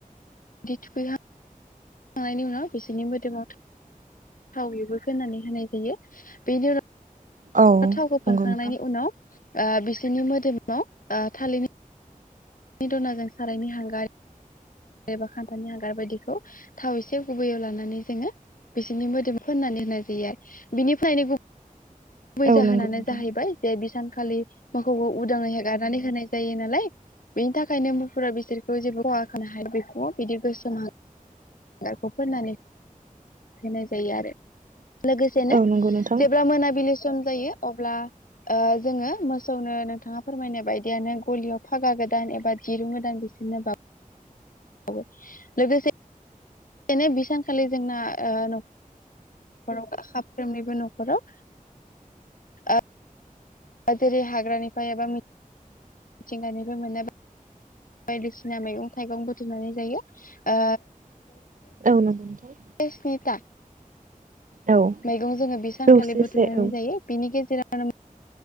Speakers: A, on the left (about 70°); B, on the right (about 65°).
A: बिदि थुखैहांखांनायनि उनाव बिसोरनि मोदोमाव था थावैबो फोनानै होनाय जायो बे उनाव
B: औ
A: थावखौ
B: नंगौ
A: फोनखांनायनि
B: नोंथां
A: उनाव ओ बिसोरनि मोदोमाव ओ थालिरनि नि दनाजों सारायनि हांगार एबा खान्थालन हांगार बायदिखौ थाव एसे गुबैयाव लानानै जोङो बिसोरनि मोदोम फोननानै होनाय जायो आरो बिनिफ्रायनो गुबुन गुबै
B: औ
A: जाहोनानो
B: नंगौ नोंथां
A: जाहैबाय जे बिसा खालि माखौबा उदाङै होगारनानै होनाय जायो नालाय बेनि थाखायनो मुफुरा बिसोरखौ जेबो खहा खानो हाया बेखौ बिदि गोसोम हा गिर खौ फोननानै होनाय जायो आरो लोगोसेनो
B: औ नंगौ नोंथां
A: जेब्ला मोनाबिलि सम जायो अब्ला ओ जोङो मोसौनो नोंथाङा फोरमायनाय बायदियानो गलियाव फागा ग गोदान एबा दिरुं गोदान बिसोरनो बाव वो लोगोसे सेनो बि सानखालि जोंना ओ न' खराव खफ्रोमनिबो न'खराव ओ जेरै हाग्रानिफ्राय एबा मिथिंगानिफ्राय मोनाय बायदिसिना मैगं थाइगं बुथुमनानै जायो ओ
B: औ नंगौ नोथां
A: बेस्निता
B: औ
A: मैगं जोङो बि सानखालि
B: जौसे
A: बुथुमनानै
B: से औ
A: जायो बिनि गेजेराव <unintelligible>